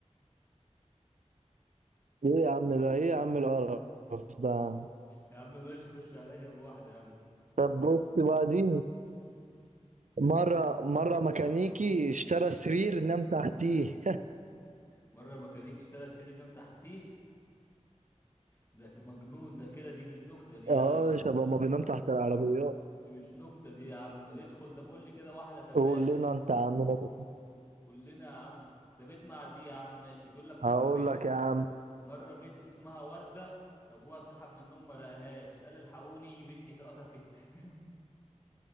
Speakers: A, on the right (about 80°); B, on the left (about 20°).
A: ايه يا عم ده ايه يا عم القرف ده
B: يا عم ماشي خش عليا بواحدة يلا
A: طب بص بقى دي مرة مرة ميكانيكي اشترى سرير نام تحتيه
B: مرة ميكانيكي اشترى سرير نام تحتيه ده ك- مجنون ده كده دي مش نكتة
A: <laughs>
B: دي يا
A: اه
B: عم
A: شباب ما بينام تحت العربيات
B: دي مش نكتة دي يا عم ادخل ده بقول لي كده واحدة كمان
A: قول لنا انت يا عم ده.
B: قول لنا يا عم ده بيسمع دي يا عم ماشي بيقول لك مرة
A: هقول
B: بنت
A: لك يا عم
B: مرة بنت اسمها وردة أبوها صحى من النوم ما لقاهاش قال الحقوني بنتي اتقطفت